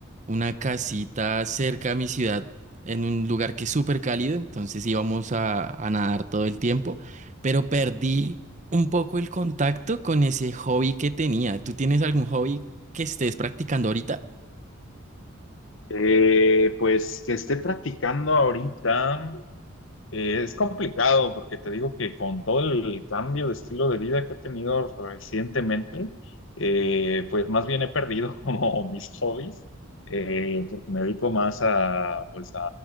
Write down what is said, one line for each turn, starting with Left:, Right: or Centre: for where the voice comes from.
Right: una casita cerca a mi ciudad en un lugar que es súper cálido, entonces íbamos a, a nadar todo el tiempo, pero perdí un poco el contacto con ese hobby que tenía. ¿Tú tienes algún hobby que estés practicando ahorita?
Left: Eh, pues que esté practicando ahorita. Eh, es complicado porque te digo que con todo el cambio de estilo de vida que he tenido recientemente, eh, pues más bien he perdido <laughs> como mis hobbies, eh, porque me dedico más a, pues a